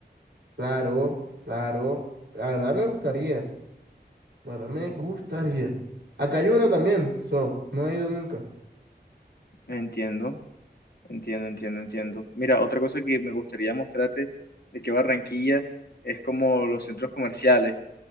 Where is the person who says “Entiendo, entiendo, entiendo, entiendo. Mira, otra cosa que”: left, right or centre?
Left